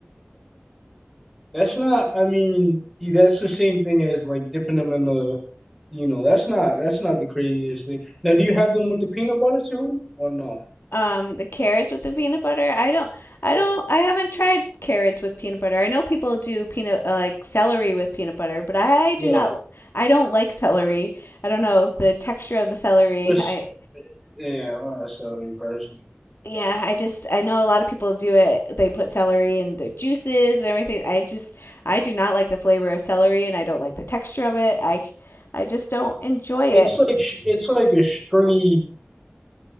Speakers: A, in the centre; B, on the left (about 70°).
A: That's not. I mean, yeah, that's the same thing as like dipping them in the, you know, that's not that's not the craziest thing. Now, do you have them with the peanut butter too, or no?
B: um the carrots with the peanut butter. I don't I don't I haven't tried carrots with peanut butter. I know people do peanut uh, like celery with peanut butter, but I
A: Yeah,
B: do not I don't like celery. I don't know the texture of the celery.
A: That's-
B: I
A: yeah. I'm not a celery person.
B: yeah, I just I know a lot of people do it. They put celery in their juices and everything. I just I do not like the flavor of celery and I don't like the texture of it. I I just don't enjoy it.
A: It's like sh- it's like a stringy